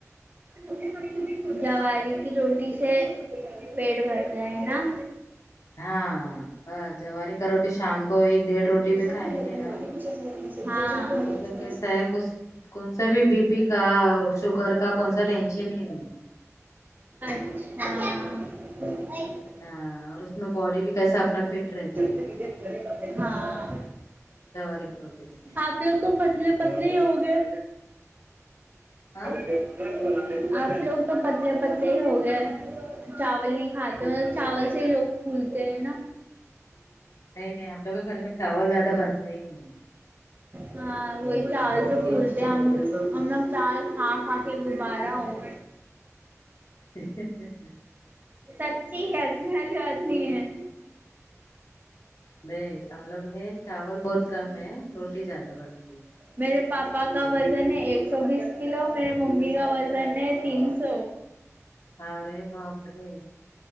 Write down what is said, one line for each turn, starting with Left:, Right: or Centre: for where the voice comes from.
Right: <unintelligible> جواری کی روٹی سے پیٹ بھرتا ہے نا
Left: ہاں ب جواری کا روٹی شام کو ایک ڈیڑھ روٹی روٹی
Right: برسات
Left: بھی کھائیں
Right: میں لگنے
Left: گے نا
Right: والی کچھ ایسی زمین سبزیاں جن کو ہم
Left: مطلب
Right: سمجھ
Left: کیسا ہے کچھ کون سا بھی بی پی کا اور شوگر کا کونسا ٹینشن ہی نہیں
Right: اچھا
Left: ہاں اور اس میں باڈی بھی اپنا کیسا اپنا فٹ رہتا
Right: جب
Left: ہے ایک
Right: سے
Left: دم
Right: ہاں
Left: جواری کی روٹی سے
Right: اپ لوگ تو پتلے پتلے ہی ہو گئے
Left: ہاں
Right: اپ لوگ تو پتلے پتلے ہی ہو گئے چاول نہیں کھاتے چاول سے ہی لوگ پھولتے ہیں نا
Left: نہیں نہیں اپوگ کے گھر میں چاول زیادہ بنتا ہی نہیں
Right: ہاں وہی چاول
Left: مشکل
Right: تو فولتے
Left: سے
Right: ہم ہم چال کھا کھا کے گوبارا ہوں
Left: ٹھیک ٹھیک
Right: سچی کیسنے والی بات نہیں ہے
Left: نہیں ہم لوگ میں چاول بہت کم ہے روٹی زیادہ بنتی ہے
Right: میرے پاپا کا وزن ہے ایک سو بیس کلو میرے ممی کا وزن ہے تین سو
Left: ارے باپ رے